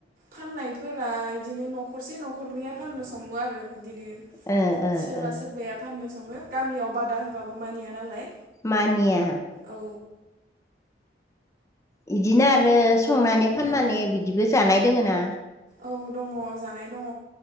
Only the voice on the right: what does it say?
फाननायफोरा इदिनो न'खरसे न'खरनैया फाननो सङो आरो। बिदिनो
सोरबा
सोरबाया फाननो सङो गामियाव बादा होबाबो मानिया नालाय।
औ
औ
औ दङ जानाय दङ